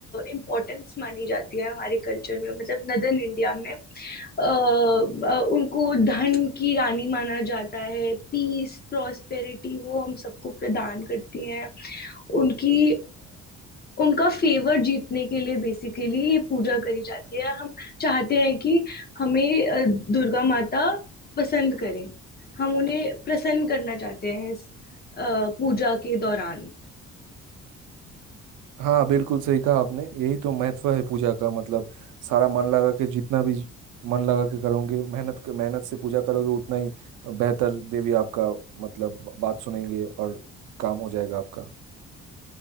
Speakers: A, on the left; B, on the right.
A: इम्पोर्टेंस मानी जाती है हमारे कल्चर में मतलब नदर्न इंडिया में अ, अ, उनको धन की रानी माना जाता है पीस प्रॉस्पेरिटी वो हम सबको प्रदान करती हैं उनकी उनका फेवर जीतने के लिए बेसिकली ये पूजा करी जाती है हम चाहते हैं कि हमें अ, दुर्गा माता पसंद करें हम उन्हें प्रसन्न करना चाहते हैं इस अ, पूजा के दौरान
B: हाँ बिल्कुल सही कहा आपने यही तो महत्व है पूजा का मतलब सारा मन लगा के जितना भी मन लगा के करोगे मेहनत मेहनत से पूजा करोगे उतना ही बेहतर देवी आपका मतलब बात सुनेंगे और काम हो जाएगा आपका